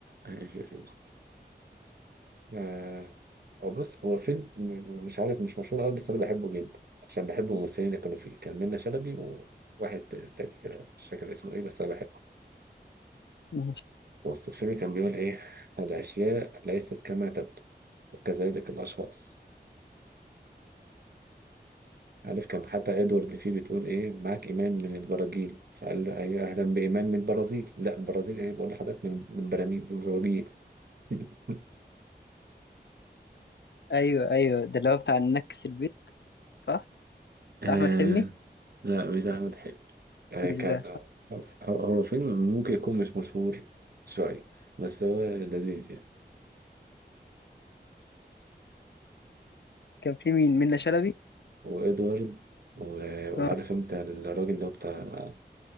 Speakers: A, on the right; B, on the left.
A: ماشي يا سيدي آه، هو بص هو فيلم م- مش عارف مش مشهور قوي بس انا بحبه جدا عشان بحب الممثلين اللي كانوا فيه كان منة شلبي وواحد تاني كده مش فاكر اسمه ايه بس انا بحبه
B: ماشي.
A: بص الفيلم كان بيقول ايه الاشياء ليست كما تبدو كذلك الاشخاص عارف كان حتى ادوارد فيه بتقول ايه معاك ايمان من البراجيل فقال له ايوه اهلا بايمان من البرازيل لا البرازيل ايه بقول لحضرتك من من براميل من البراجيل <laughs>
B: أيوه أيوه ده اللي هو بتاع النكس البيت صح؟
A: آه
B: بتاع أحمد حلمي
A: لا مش احمد حلمي آه
B: مش
A: كان
B: ده صح؟
A: بس هو هو فيلم ممكن يكون مش مشهور شويه بس هو لذيذ يعني
B: كان في مين منة شلبي؟
A: وادوارد و- وعارف
B: اه
A: انت الراجل اللي هو بتاع